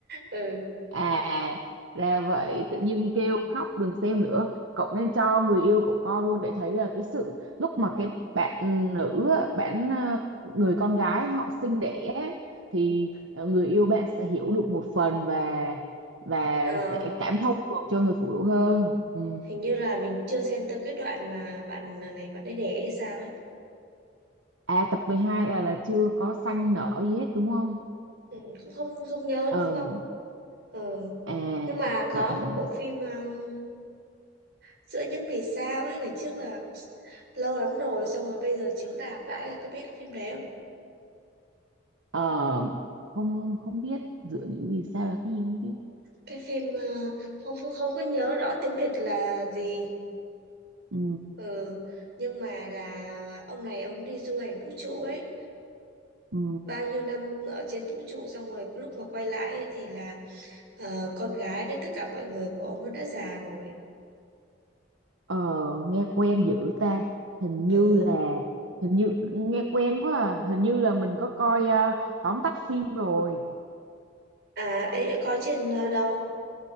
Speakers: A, on the right; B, on the right.
A: ừ.
B: À ra vậy
A: Ừ.
B: tự nhiên kêu khóc đừng xem nữa cậu nên cho người yêu cậu coi luôn để thấy là cái sự lúc mà cái bạn nữ á, bạn à, người con gái họ sinh đẻ á, thì ờ, người yêu bạn sẽ hiểu được một phần và và
A: Ờ,
B: sẽ cảm thông được cho người phụ nữ hơn ừ.
A: hình như là mình chưa xem tới cái đoạn mà bạn ờ, này bạn ấy đẻ hay sao ấy
B: À tập 12 là là chưa có xanh nở gì hết đúng không
A: ừ. cũng không không nhớ
B: ờ
A: nữa con ừ.
B: à
A: nhưng mà có
B: vậy hả?
A: một bộ phim um, giữa những vì sao ấy ngày trước là lâu lắm rồi xong rồi bây giờ chiếu lạp lại có biết phim đấy không
B: ờ không không biết dựa những vì sao là cái gì không biết
A: cái phim ờ, không không không có nhớ rõ tiếng Việt là gì
B: ừ
A: Ừ, nhưng mà là ông này ông đi du hành vũ trụ ấy,
B: ừ
A: bao nhiêu năm ở trên vũ trụ xong rồi cái lúc mà quay lại ấy, thì là ờ, con gái với tất cả mọi người của ông nó đã già rồi.
B: Ờ, nghe quen dữ ta hình
A: Ừ.
B: như là hình như nghe quen quá à. hình như là mình có coi ờ, tóm tắt phim rồi
A: À, ấy có trên ờ, đâu?